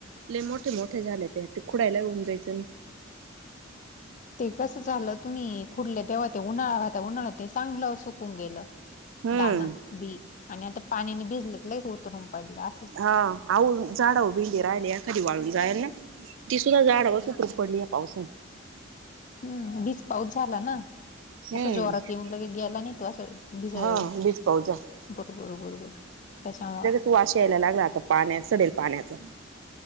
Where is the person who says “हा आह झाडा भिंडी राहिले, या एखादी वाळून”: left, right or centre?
Right